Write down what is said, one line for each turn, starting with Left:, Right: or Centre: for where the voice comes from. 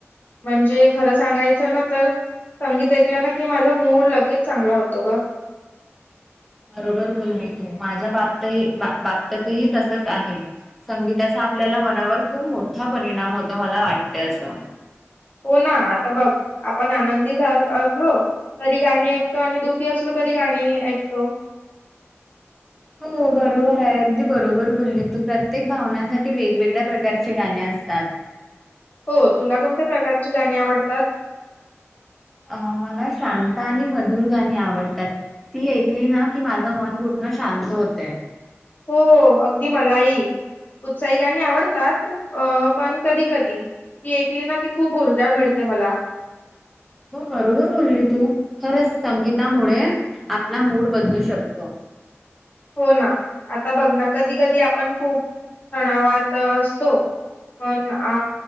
Left: म्हणजे खरं सांगायचं ना तर संगीत ऐकलं ना की माझा मूड लगेच चांगला होतो ग
Centre: <inaudible> बरोबर बोली तू माझ्या बापतही बापततही तसंच आहे. संगीताचा आपल्याला मनावर खूप मोठा परिणाम होतो मला वाटते असं.
Left: हो ना आता बघ आपण आनंदी झा असलो तरी गाणी ऐ कतो आणि दुःखी असलो तरी गाणी ऐकतो.
Centre: हो. हो बरोबर आहे अगदी बरोबर बोलली तू प्रत्येक भावनांसाठी वेगवेगळ्या प्रकारचे गाणे असतात. <inaudible>
Left: हो तुला कोणत्या प्रकारची गाणी आवडतात?
Centre: अ मला शांत आणि मधुर गाणी आवडतात. ती ऐकली ना की माझं मन पूर्ण शांत होतंय.
Left: हो अगदी मलाही, उत्साही गाणी आवडतात अ पण कधी कधी ती ऐकली ना की खूप ऊर्जा मिळते मला.
Centre: हो बरोबर बोलली तू खरंच संगीतामुळे आपला मूड बदलू शकतो.
Left: हो ना आता बघं ना कधी कधी आपण खूप तणावात असतो, पण अ